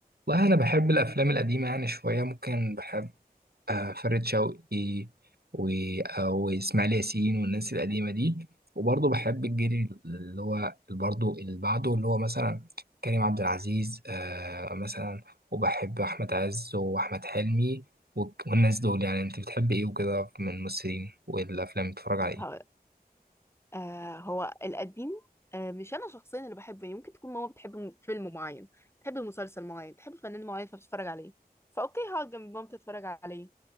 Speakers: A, on the right; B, on the left.
A: والله أنا بحب الأفلام القديمة يعني شوية ممكن بحب آه، فريد شوقي و- آه، وإسماعيل ياسين والناس القديمة دي وبرضه بحب الجيل اللي هو برضه اللي بعده اللي هو مثلا كريم عبد العزيز آه، مثلا وبحب أحمد عز وأحمد حلمي والك- والناس دول يعني أنت بتحب إيه وكده من الممثلين والأفلام بتتفرج على إيه؟
B: هو آه هو القديم آه مش انا شخصيا اللي بحبه يعني ممكن تكون ماما بتحب م- فيلم معين تحب مسلسل معين تحب فنان معين فبتتفرج عليه فاوكي هقعد جنب مامتي اتفرج عليه